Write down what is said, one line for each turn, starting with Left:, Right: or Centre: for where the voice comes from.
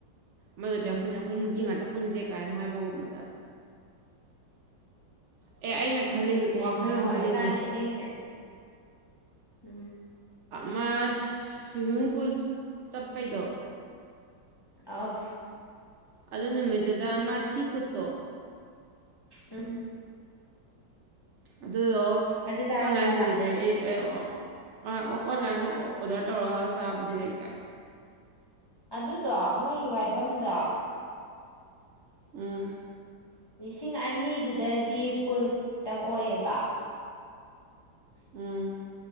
Right: ꯃꯗꯨꯗꯤ
Left: ꯎꯝ
Right: ꯑꯩꯈꯣꯏꯅ ꯑꯩꯈꯣꯏ ꯅꯨꯄꯤ ꯉꯥꯛꯇ ꯄꯨꯟꯁꯦ ꯀꯥꯏꯅ ꯍꯥꯏꯕꯒꯨꯝꯕꯗ ꯑꯦ ꯑꯩꯅ ꯈꯜꯂꯤ
Left: ꯅꯦ
Right: ꯋꯥꯈꯜ
Left: ꯅꯍꯥ
Right: ꯑꯃ
Left: ꯑꯣꯏꯀꯥꯜ
Right: ꯈꯜꯂꯤꯕꯅꯤ
Left: ꯁꯦꯠꯅꯤꯡ ꯁꯦꯠ ꯎꯝ
Right: ꯃꯥ ꯁ꯭ꯋꯤꯃꯤꯡ ꯄꯨꯜ ꯆꯠꯄꯩꯗꯣ
Left: ꯑꯥꯎ
Right: ꯑꯗꯨ ꯅꯨꯃꯤꯠꯇꯨꯗ ꯑꯃ ꯁꯤ ꯐꯨꯠꯇꯣ
Left: ꯎꯝ
Right: ꯑꯗꯨꯗꯣ
Left: ꯑꯗꯨ ꯆꯥꯔꯁꯦ
Right: ꯑꯣꯟꯂꯥꯏꯟ
Left: ꯍꯥꯏꯔꯣ
Right: ꯗꯦꯂꯤꯚꯔꯤ ꯑꯩ ꯑꯣ ꯑꯣꯟꯂꯥꯏꯟ ꯑꯣꯗꯔ ꯇꯧꯔ ꯆꯥꯕꯗꯤ ꯀꯩꯀꯥꯏ
Left: ꯑꯗꯨꯗꯣ ꯃꯣꯏꯒꯤ ꯋꯥꯏꯐꯝꯗꯣ
Right: ꯎꯝ
Left: ꯂꯤꯁꯤꯡ ꯑꯅꯤꯗꯨꯗꯗꯤ ꯄꯨꯜ ꯈꯛꯇꯪ ꯑꯣꯏꯌꯦꯕ
Right: ꯎꯝ